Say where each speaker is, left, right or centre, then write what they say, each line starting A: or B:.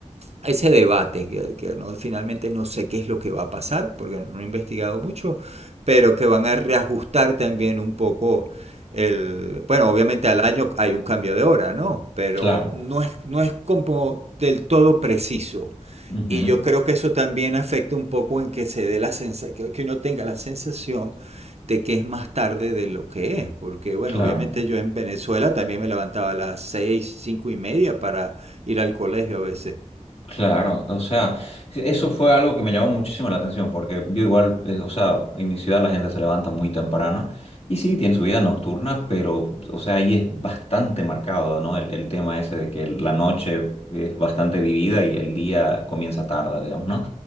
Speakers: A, on the right; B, on the left.
A: ese debate, que, que no, finalmente no sé qué es lo que va a pasar, porque no he investigado mucho, pero que van a reajustar también un poco el... Bueno, obviamente al año hay un cambio de hora, ¿no? Pero
B: Claro.
A: no es, no es como del todo preciso.
B: Ujú,
A: Y yo creo que eso también afecta un poco en que se dé la sensación, que uno tenga la sensación de que es más tarde de lo que es, porque bueno,
B: Claro,
A: obviamente yo en Venezuela también me levantaba a las seis, cinco y media para ir al colegio a veces.
B: claro. O sea, eso fue algo que me llamó muchísimo la atención porque yo igual, eh, o sea, en mi ciudad la gente se levanta muy temprano y sí, tiene su vida nocturna, pero, o sea, ahí es bastante marcado, ¿no? El, el tema ese de que la noche es bastante vivida y el día comienza tarde, digamos, ¿no?